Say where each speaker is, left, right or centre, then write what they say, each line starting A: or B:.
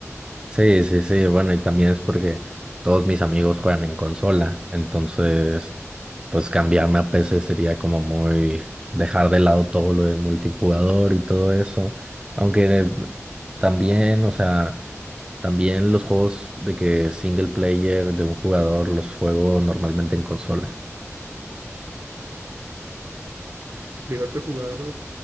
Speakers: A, on the right (about 15°); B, on the right (about 60°).
A: Sí, sí, sí, bueno, y también es porque todos mis amigos juegan en consola, entonces, pues cambiarme a PC sería como muy dejar de lado todo lo de multijugador y todo eso, aunque también, o sea, también los juegos de que single player de un jugador los juego normalmente en consola.
B: ¿Llegaste a jugar